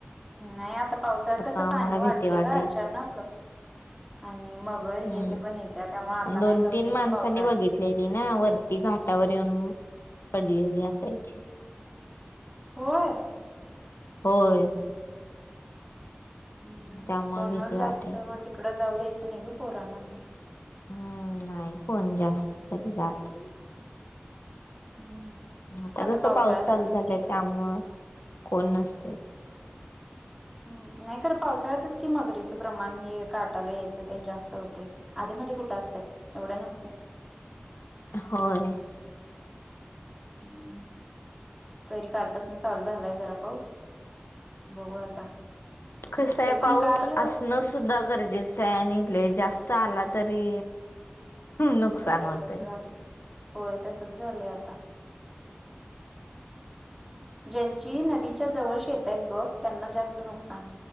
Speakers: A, in the centre; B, on the left (about 85°).
A: नाही आता पावसाळ्यात कसं
B: आम्हाला
A: पाणी वाढतयं
B: भीती वाटायची
A: ग, अचानक. आणि मगर
B: हम्म
A: हे ते पण येत्या. त्यामुळे आता नाही
B: दोन
A: लावून
B: तीन
A: द्यायचं
B: माणसांनी
A: पावसाळ्यात.
B: <unintelligible> ना वरती घाटावर येऊन पडलेली असायची.
A: होय.
B: होय.
A: हम्.
B: त्यामुळे
A: कोणाला
B: भीती वाटायची
A: जास्त मग तिकडं जाऊ द्यायचं नाही ग पोरांना तेन.
B: हम्म. नाही कोण जास्त तरी जात.
A: हम्म
B: आता कसं
A: पावसाळ्यात
B: पाऊस चालू
A: असंच
B: झालाय
A: की ग.
B: त्यामुळ कोण नसतय.
A: हम्, नाही खरं पावसाळ्यातच कि मगरीचं प्रमाण हे काटाला यायचं तेन जास्त होतय आधी मध्ये कुठं असत्यात एवढ्या नसत्यात.
B: होय
A: हम्म तरी कालपासन चालू झालाय जरा पाऊस. बघू आता.
B: कसं हाय,
A: ते पण
B: पाऊस
A: काल
B: असणं सुद्धा गरजेचं हाय आणि लई जास्त आला तरी नुकसान
A: धोक्याचच
B: होतय.
A: झालंय होय तसच झालंय आता ज्यांची नदीच्या जवळ शेत आहेत बघ त्यांना जास्त नुकसान